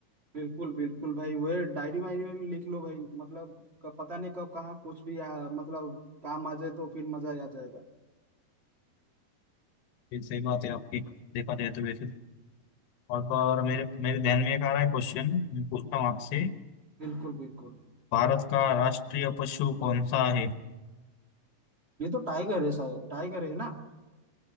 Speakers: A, on the right (about 25°); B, on the left (about 85°).
A: बिल्कुल बिल्कुल भाई वो डायरी वायरी में भी लिख लो भाई मतलब कब- पता नहीं कब कहाँ कुछ भी आ, मतलब काम आ जाए तो फिर मजा आ जाएगा
B: ये सही बात है आपकी देखा जाए तो वैसे तो। और तो और मेरे मेरे ध्यान में एक आ रहा है क्वेश्चन मैं पूछता हूँ आपसे
A: बिल्कुल बिल्कुल
B: भारत का राष्ट्रीय पशु कौन सा है
A: ये तो टाइगर है सर टाइगर है ना